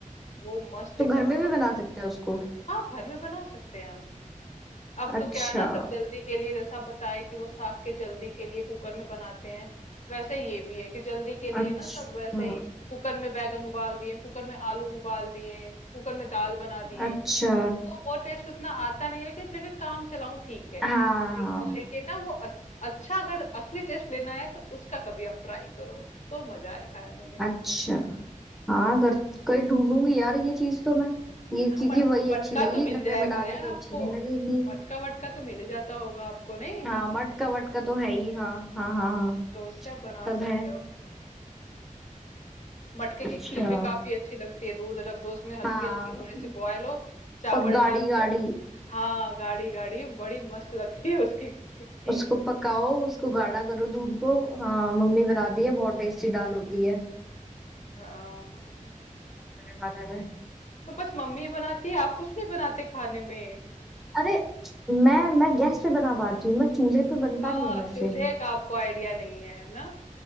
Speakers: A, on the left; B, in the centre.
A: वो मस्त
B: तो
A: एकदम
B: घर
A: और
B: में भी
A: थोड़ा-
B: बना सकते हैं उसको
A: हाँ घर में बना सकते हैं हम अब
B: अच्छा
A: तो क्या है ना सब जल्दी के लिए जैसा आप बताए कि वो साग के जल्दी के लिए कुकर में बनाते हैं वैसे ये भी है कि जल्दी के लिए
B: अच्छा
A: ना सब वैसे ही कुकर में बैगन उबाल दिए कुकर में आलू उबाल दिए कुकर में दाल बना दिए
B: अच्छा
A: तो वो टेस्ट उतना आता नहीं है लेकिन फिर भी काम चलाऊं ठीक है
B: हाँ
A: ले-
B: हाँ
A: लेकिन ना वो अच्छ- अच्छा अगर असली टेस्ट लेना है तो उसका कभी आप ट्राई करो तो मजा आए खाने में
B: अच्छा हाँ घर कहीं ढूंढूंगी यार ये चीज तो मैं ये क्योंकि
A: हाँ मट-
B: वही अच्छी
A: मटका
B: लगी
A: तो मिल
B: घर में
A: जाएगा
B: बना के
A: यार
B: तो अच्छी
A: आपको
B: नहीं लगेगी
A: मटका वटका तो मिल ही जाता होगा आपको नहीं
B: हाँ
A: गाँव में
B: मटका वटका तो है ही हाँ हाँ हाँ
A: हाँ
B: हाँ
A: तो उससे आप बना
B: सब
A: सकते
B: है
A: हो मटके की
B: अच्छा
A: खीर भी काफी अच्छी लगती है दूध रख दो उसमें हल्की
B: हाँ
A: हल्की थोड़ी सी बॉयल हो चावल
B: और गाढ़ी
A: डाल
B: गाढ़ी
A: दो हाँ गाढ़ी गाढ़ी बड़ी मस्त लगती है उसकी खी- खीर
B: उसको पकाओ उसको गाढ़ा करो दूध को हाँ मम्मी बनाती है बहुत टेस्टी दाल होती है
A: हाँ हाँ
B: मेरे खाने में
A: तो बस मम्मी बनाती है आप कुछ नहीं बनाते खाने में
B: अरे मैं मैं गैस पे बना पाती हूँ मैं चूल्हे पे बनता
A: आ,
B: नहीं है मेरे
A: चूल्हे
B: से
A: का आपको आइडिया नहीं है है ना